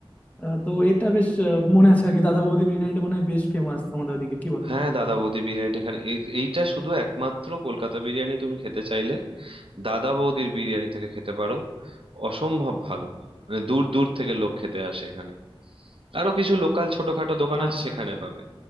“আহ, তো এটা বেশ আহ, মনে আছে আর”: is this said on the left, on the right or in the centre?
Left